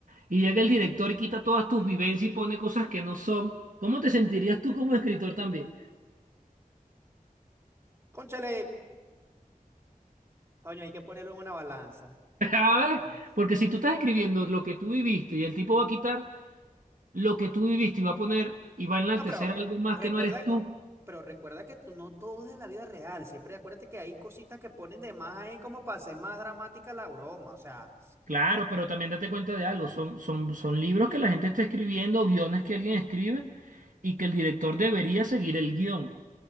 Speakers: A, on the right (about 65°); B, on the right (about 15°).
A: y llega el director y quita todas tus vivencias y pone cosas que no son, ¿cómo te sentirías tú como escritor también?
B: Cónchale, coño, hay que ponerlo en una balanza.
A: <laughs> A ver,
B: Ujú.
A: porque si tú estás escribiendo lo que tú viviste y el tipo va a quitar lo que tú viviste y va a poner y va a enaltecer
B: No, pero
A: algo más
B: recuerda,
A: que no eres tú,
B: pero recuerda que tú no todo es de la vida real. Siempre acuérdate que hay cositas que ponen de más ahí como para hacer más dramática la broma. O sea,
A: Claro, pero también date cuenta de algo, son, son, son libros que la gente está escribiendo, guiones que alguien escribe y que el director debería seguir el guión.